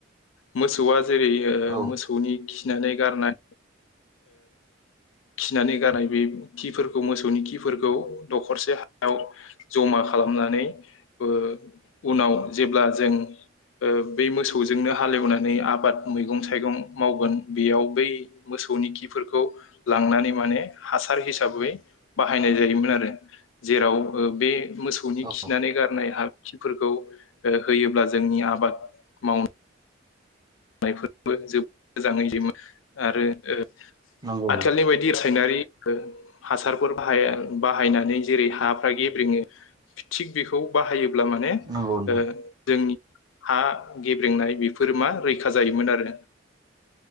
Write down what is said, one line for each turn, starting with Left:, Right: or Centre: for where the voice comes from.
Left: मोसौ आ जेरै
Right: औ
Left: मोसौनि खिनानै गारनाय खिनानै गारनाय बे खिफोरखौ मोसौनि खिफोरखौ दखरसे हायाव जमा खालामनानै ओ उनाव जेब्ला जों ओम बै मोसौजोंनो हालेवनानै आबाद मैगं थाइगं मावगोन बेयाव बै मोसौनि खिफोरखौ लांनानै माने हासार हिसाबै बाहायनाय जायोमोन आरो जेराव बे मोसौनि
Right: औ
Left: खिनानै गारनाय हा खिफोरखौ होयोब्ला जोंनि आबाद मावन फोरबो जबोद मोजाङै जम आरो ओ।
Right: नंगौ
Left: आथिखालनि बायदि रासायनारि गो हासारफोर बाहायन बाहायनानै जेरै हाफ्रा गेब्रेङो थिग बेखौ बाहायोब्ला अब्ला माने
Right: नंगौ नोंथां
Left: ओ जोंनि हा गेब्रेंनाय बेफोर मा रैखा जायोमोन आरो।